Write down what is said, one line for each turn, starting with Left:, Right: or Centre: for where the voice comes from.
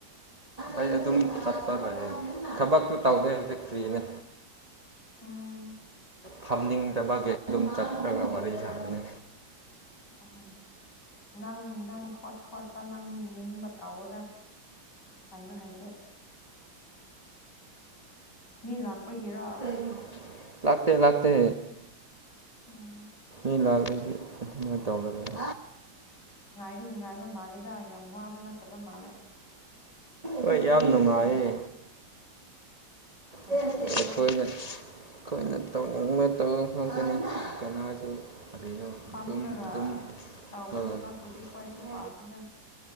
Right: ꯑꯩ ꯑꯗꯨꯝ ꯆꯠꯄ ꯂꯩꯌꯦ ꯊꯕꯛꯇꯨ ꯇꯧꯗꯦ ꯍꯧꯖꯤꯛ ꯐ꯭ꯔꯤꯅꯦ
Left: ꯎꯝ
Right: ꯐꯝꯅꯤꯡꯗꯕꯒꯤ ꯑꯗꯨꯝ ꯆꯠꯔꯒ ꯋꯥꯔꯤ ꯁꯥꯕꯅꯦ
Left: ꯑꯣꯍꯣ ꯅꯪ ꯅꯪ ꯈꯣꯠ ꯈꯣꯠꯄ ꯅꯪ ꯅꯤꯡꯕ ꯇꯧꯑꯣꯗ ꯍꯥꯏꯔꯣꯏ ꯍꯥꯏꯇꯦ ꯃꯤ ꯂꯥꯛꯄꯒꯤꯔꯣ
Right: <unintelligible> ꯂꯥꯛꯇꯦ ꯂꯥꯛꯇꯦ
Left: ꯎꯝ
Right: ꯃꯤ ꯂꯥꯛꯔꯗꯤ ꯑꯗꯨꯃꯥꯏ ꯇꯧꯔꯔꯣꯏ
Left: ꯒꯤ ꯅꯨꯡꯉꯥꯏꯕ ꯃꯥꯜꯂꯦꯗ ꯌꯥꯝ ꯋꯥꯕ ꯅꯠꯇꯕ ꯃꯥꯜꯂꯦ
Right: ꯍꯣꯏ ꯌꯥꯝ ꯅꯨꯡꯉꯥꯏꯌꯦ
Left: ꯅꯨꯡꯉꯥꯏꯅꯤ
Right: <unintelligible> ꯑꯈꯣꯏꯅ
Left: ꯍꯣꯏ
Right: ꯑꯈꯣꯏꯅ ꯇꯧꯅꯤꯡꯕ ꯇꯧꯋꯣ ꯈꯛꯇꯅꯤ ꯀꯅꯥꯁꯨ ꯀꯔꯤꯅꯣ
Left: ꯐꯝꯔꯒ
Right: ꯗꯨꯝ ꯗꯨꯝ
Left: ꯇꯧꯕ
Right: ꯊꯣꯔꯛꯑꯣ
Left: ꯊꯕꯛꯄꯨꯗꯤ ꯑꯩꯈꯣꯏꯁꯨ ꯄꯥꯝꯃꯤꯗ